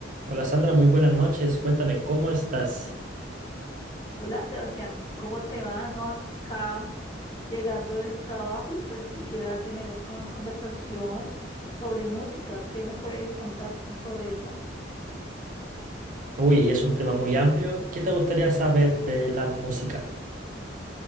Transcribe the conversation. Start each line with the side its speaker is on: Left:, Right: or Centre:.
Right: Hola Sandra, muy buenas noches. Cuéntame, ¿cómo estás?
Left: Hola Sebastián, ¿cómo te va? No acá llegando del trabajo y pues quisiera tener un- una conversación sobre música. ¿Qué me puedes contar sobre eso?
Right: Uy, es un tema muy amplio. ¿Qué te gustaría saber de la música?